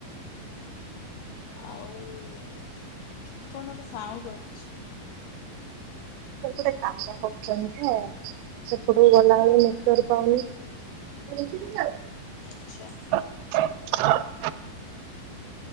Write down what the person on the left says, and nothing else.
ଆଉ କଣ ଗୋଟେ ସାଉଣ୍ଡ ଆସୁଚି।
ଆଚ୍ଛା।